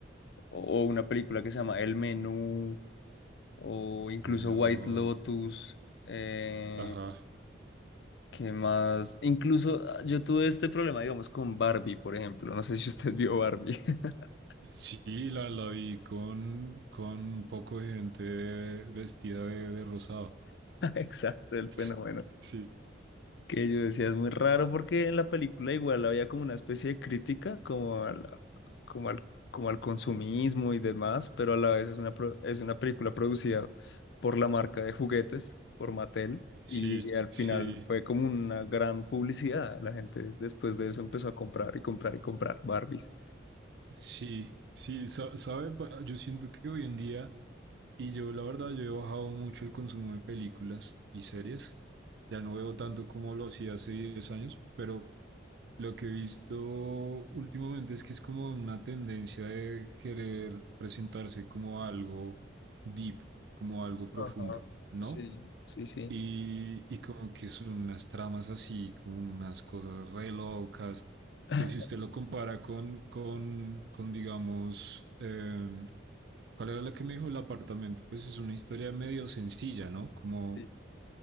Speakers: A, on the left (about 60°); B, on the right (about 60°).
A: o, o una película que se llama El Menú, o incluso
B: No.
A: White Lotus. Eh,
B: Ajá.
A: ¿qué más? Incluso ah, yo tuve este problema, digamos, con Barbie, por ejemplo. No sé si usted vio Barbie. <laughs>
B: Sí, la, la vi con, con un poco de gente vestida de, de rosado.
A: Exacto, el
B: <laughs>
A: fenómeno.
B: Sí,
A: Que yo decía, es muy raro porque en la película igual había como una especie de crítica como al, como al, como al consumismo y demás, pero a la vez es una, pro- es una película producida por la marca de juguetes, por Mattel,
B: sí,
A: y al
B: sí,
A: final fue como una gran publicidad. La gente después de eso empezó a comprar y comprar y comprar Barbies.
B: sí, sí. sa- ¿Sabe? Pa- Yo siento que hoy en día Y yo, la verdad, yo he bajado mucho el consumo de películas y series. Ya no veo tanto como lo hacía hace 10 años, pero lo que he visto últimamente es que es como una tendencia de querer presentarse como algo deep, como algo profundo,
A: Ajá,
B: ¿no?
A: sí, sí, sí.
B: Y, y como que son unas tramas así, como unas cosas re locas,
A: <laughs>
B: que si usted lo compara con, con, con digamos, em, ¿Cuál era la que me dijo el apartamento? Pues es una historia medio sencilla, ¿no? Como
A: Sí.